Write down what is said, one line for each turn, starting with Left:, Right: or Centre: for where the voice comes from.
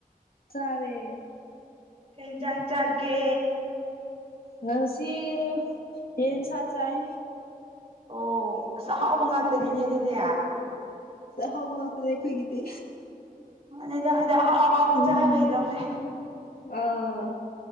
Left: ꯆꯔꯦ
Right: ꯊꯖ ꯆꯒꯦ
Left: ꯅꯔꯁꯤ ꯌꯦꯟꯁ ꯆꯥꯏ
Right: ꯑꯣ ꯑꯁꯍꯥꯎꯕ ꯉꯥꯛꯇꯅꯤꯅꯦ ꯑꯗꯨꯗꯤ
Left: ꯍ ꯃꯥꯁꯦꯣꯏꯗꯤ
Right: ꯃꯅꯤꯗ ꯍꯥꯏꯗꯤ ꯑꯍꯥꯎ ꯑꯍꯥꯎꯕ
Left: ꯎꯝ
Right: ꯆꯍꯥꯎ ꯂꯩꯗꯧꯅꯦ
Left: ꯑꯥ